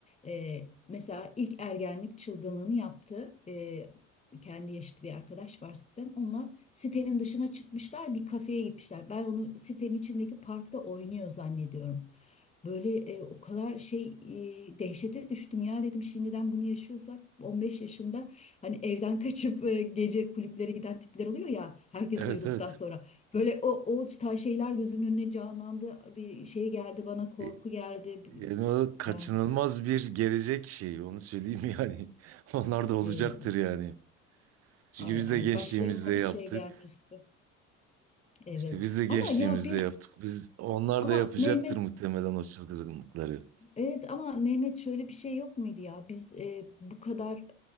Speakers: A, on the left; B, on the right.
A: Ee, mesela ilk ergenlik çılgınlığını yaptı. Ee, kendi yaşıt bir arkadaş var siteden. Onunla sitenin dışına çıkmışlar, bir kafeye gitmişler. Ben onu sitenin içindeki parkta oynuyor zannediyorum. Böyle e, o kadar şey e, dehşete düştüm ya dedim şimdiden bunu yaşıyorsak 15 yaşında hani evden <laughs> kaçıp e, gece kulüplere giden tipler oluyor ya herkes
B: Evet
A: uyuduktan
B: evet.
A: sonra. Böyle o, o tarz şeyler gözümün önüne canlandı bir şey geldi bana korku
B: E,
A: geldi Bir-
B: Yani o kaçınılmaz
A: yani.
B: bir gelecek şeyi onu söyleyeyim yani. <laughs> Onlar da olacaktır
A: e,
B: yani. Çünkü
A: Ay
B: biz
A: ay
B: de gençliğimizde
A: başlarına
B: yaptık.
A: bir şey gelmesi. Evet.
B: İşte biz de gençliğimizde
A: Ama ya biz
B: yaptık. Biz onlar
A: ama
B: da yapacaktır
A: Mehmet
B: muhtemelen o çılgınlıkları.
A: evet ama Mehmet şöyle bir şey yok muydu ya? Biz e, bu kadar